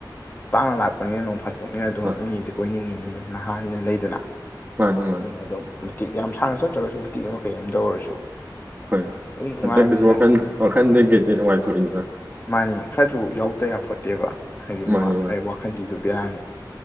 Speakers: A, on the left; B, on the right.
A: ꯇꯥꯡꯅ ꯂꯥꯛꯄꯅꯤꯅ ꯅꯣꯡ ꯐꯥꯗꯣꯛꯅꯤꯅ ꯑꯗꯨꯝ
B: ꯍꯣꯏ
A: ꯃꯤꯁꯦ ꯀꯣꯏꯅꯤꯡꯉꯤꯅꯤ ꯅꯍꯥꯟꯅ ꯂꯩꯗꯅ
B: ꯃꯥꯅꯤ ꯃꯥꯅꯤ
A: ꯑꯗꯨꯅ ꯑꯗꯨꯝ ꯃꯇꯦꯛ ꯌꯥꯝ ꯁꯥꯡꯅ ꯆꯠꯇ꯭ꯔꯒꯁꯨ ꯃꯇꯦꯛ ꯑꯃ ꯀꯩ ꯑꯃ ꯇꯥ ꯑꯣꯏꯔꯁꯨ
B: ꯍꯣꯏ
A: ꯑꯗꯨꯝ ꯅꯨꯡꯉꯥꯏꯕꯅꯤꯗ
B: ꯍꯟꯗꯛꯇꯁꯨ ꯋꯥꯈꯜ ꯋꯥꯈꯟꯗ ꯀꯩꯗꯩ ꯅꯨꯡꯉꯥꯏꯊꯣꯛꯏꯗꯅ
A: ꯃꯥꯅꯦ ꯈꯔꯁꯨ ꯌꯥꯎꯗ ꯌꯥꯄꯣꯟꯇꯦꯕ ꯍꯥꯏꯗꯤ
B: ꯃꯥꯅꯤ
A: ꯋꯥꯈꯟꯁꯤꯁꯨ ꯕꯦꯔꯥꯅꯤ